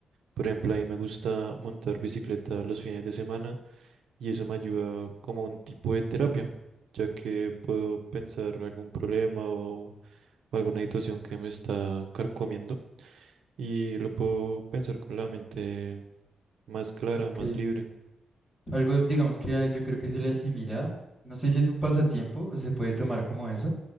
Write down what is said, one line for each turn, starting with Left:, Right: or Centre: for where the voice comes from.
Right: Por ejemplo, a mí me gusta montar bicicleta los fines de semana y eso me ayuda como un tipo de terapia, ya que puedo pensar algún problema o, o alguna situación que me está carcomiendo y lo puedo pensar con la mente más clara,
Left: Ok.
Right: más libre.
Left: Algo, digamos que a- yo creo que se le asimila. No sé si es un pasatiempo o se puede tomar como eso,